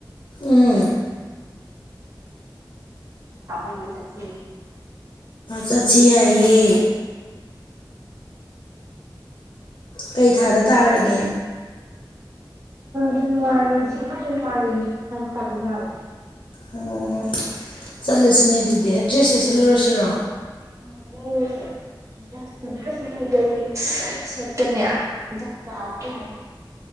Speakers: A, on the left; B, on the right.
A: ꯎꯝ
B: ꯕꯨ ꯆꯠꯁꯤ
A: ꯆꯠꯁꯤ ꯌꯥꯏꯌꯦ ꯀꯩ ꯊꯥꯗ ꯇꯥꯔꯒꯦ
B: ꯖꯅꯋꯥꯔꯤ ꯗꯤꯁꯦꯝꯕꯔꯒꯤ ꯇꯔꯤ ꯅꯪ ꯇꯥꯗꯧ ꯃꯥꯜꯂꯦ
A: ꯑꯣ ꯆꯠꯂꯁꯤꯅꯦ ꯑꯗꯨꯗꯤ ꯑꯦꯗ꯭ꯔꯦꯁ ꯂꯩꯁꯜꯂꯨꯔꯁꯤꯔꯣ
B: ꯑꯁꯦ ꯗ ꯀꯩꯀꯩ ꯁꯦꯠꯀꯅꯤ